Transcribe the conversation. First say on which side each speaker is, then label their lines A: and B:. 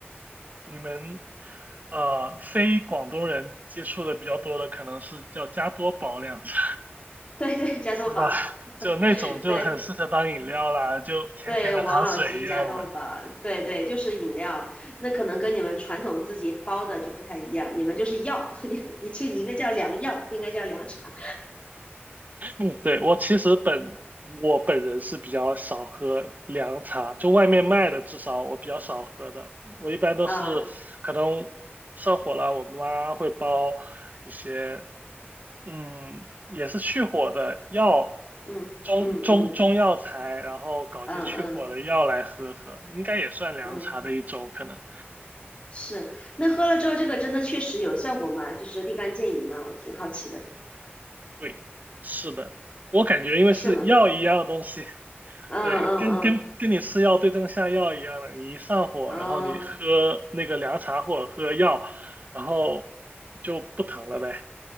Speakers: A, on the right (about 40°); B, on the left (about 30°).
A: 你们呃非广东人接触的比较多的，可能是叫加多宝凉茶，
B: 对 <laughs> 对，加多宝，
A: 是吧？<laughs> 就那种就很适合当饮料啦，
B: 对
A: 就甜甜的糖水一样的。
B: 对，王老吉加多宝，对对，就是饮料。那可能跟你们传统自己包的就不太一样，你们就是药，<laughs> 你你这应该叫凉药，不应该叫凉茶
A: 嗯对，我其实本我本人是比较少喝凉茶，就外面卖的至少我比较少喝的，我一般都是可能上火了，
B: 啊、
A: 我妈会煲一些嗯，也是去火的药，
B: 嗯嗯嗯
A: 中中中药材，然后搞些去火的药来喝喝，
B: 嗯嗯
A: 应该也算凉茶的一种可能。
B: 嗯，是。那喝了之后，这个真的确实有效果吗？就是立竿见影吗？我挺好奇的，
A: 对，是的，我感觉因为是药一样的东西，
B: 是吗？嗯嗯
A: 对，跟跟跟你吃药对症下药一样的，你一上火，
B: 嗯，
A: 然后你喝那个凉茶或者喝药，
B: 哦，
A: 然后就不疼了呗，